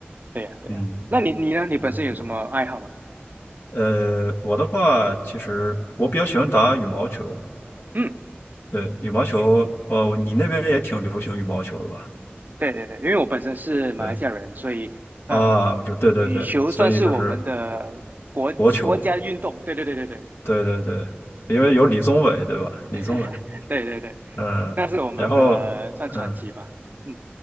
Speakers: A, on the right; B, on the left.
A: 对呀对呀。
B: 嗯，
A: 那你你呢？你本身有什么爱好吗？
B: 呃，不过，呃，我的话，其实我比较喜欢打羽毛球，
A: 嗯，
B: 对，羽毛球，哦，你那边也挺流行羽毛球的吧？
A: 对对对，因为我本身是马来西亚人，
B: 嗯，
A: 所以呃，
B: 啊，我知，对对对，
A: 羽球算是我们的国国家运动。
B: 所以就是国球，
A: 对对对对对
B: 对对对，因为有李宗伟，对吧？李宗伟，
A: <laughs> 对对对，
B: 嗯，
A: 那是我们的算传奇吧。
B: 然后，嗯
A: 嗯。